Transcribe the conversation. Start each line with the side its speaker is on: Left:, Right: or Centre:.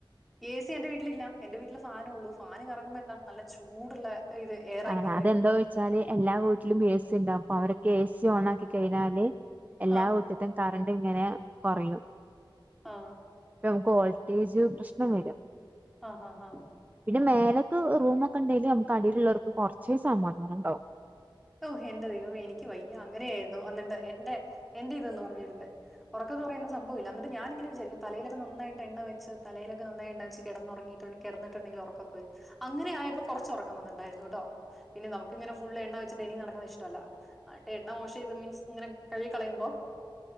Centre: എ സി എന്റെ വീട്ടിലില്ല എന്റെ വീട്ടില് ഫാനേ ഉള്ളൂ ഫാന് കറങ്ങുമ്പോ എന്താണ് നല്ല ചൂടുള്ള ഇത് എയറാ
Right: ആഹാ
Centre: ഇങ്ങനെ
Right: അതെന്തൊ
Centre: വരിക
Right: വച്ചാല് എല്ലാ വീട്ടിലും എ സി ഉണ്ടാവും അപ്പൊ അവരൊക്കെ എ സി ഓൺ ആക്കി കഴിഞ്ഞാല് എല്ലാ
Centre: ആഹ്
Right: നിട്ട് കറണ്ട് ഇങ്ങനെ കൊറയും
Centre: ആഹ്
Right: ഇപ്പ നമുക്ക് വോൾട്ടേജ് പ്രശ്നം വരും
Centre: ആഹ് ആഹ് ആഹ്
Right: പിന്നെ മേലക്ക് റൂം ഒക്കെ ഉണ്ടെല് നമുക്ക് അടിൽ ഉള്ളവർക്ക് കുറച്ചേ സമാധാനംണ്ടാവും
Centre: ഓഹ് എന്റെ ദൈവം എനിക്ക് വയ്യ അങ്ങനെയായിരുന്നു എന്നിട്ട് എന്റെ എന്റെ ഇതന്ന് പറഞ്ഞിട്ടുണ്ട് ഉറക്കം ന്ന് പറയണേ സംഭവില്ല ന്നിട്ട് ഞാനിങ്ങനെ വിചാരിക്കും തലയിലക്കെ നന്നായിട്ട എണ്ണ വെച്ച് തലയിലൊക്കെ നാന്നായിട്ട എണ്ണ വെച്ച് കിന്നുറങ്ങിയിട്ട കിടന്നിട്ടുണ്ടെിൽ ഉറക്കൊക്കെ വരും അങ്ങനെ ആയപ്പോ കുറചൊക്കെ ഉറക്ക വന്നുണ്ടായിനിട്ടൊ പിന്നെ നമുക്കങ്ങനെ ഫുള്ള് എണ്ണ ഡനി നടക്കുന്നത് ഇഷ്ടമല്ല എന്നിട്ട് എണ്ണ വാഷ് ചെയ്ത് മീൻസ് ഇങ്ങനെ കഴുകി കളയുമ്പോ